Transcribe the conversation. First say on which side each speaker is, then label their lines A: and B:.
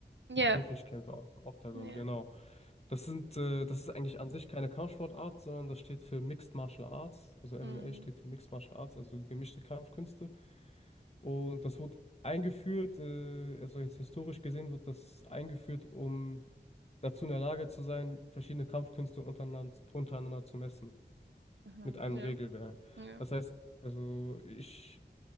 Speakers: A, on the right; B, on the left.
A: Ja,
B: Käfigkämpfe aus dem Oktagon,
A: ja.
B: genau. Das sind, äh, das ist eigentlich an sich keine Kampfsportart, sondern das steht für Mixed Martial Arts. Also MMA
A: Mhm.
B: steht für Mixed Martial Arts, also gemischte Kampfkünste. Und das wurde eingeführt, äh, also jetzt historisch gesehen wird das eingeführt, um dazu in der Lage zu sein, verschiedene Kampfkünste untereinander, untereinander zu messen
A: Mhm.
B: mit einem
A: Ja,
B: Regelwerk.
A: ja.
B: Das heißt, also ich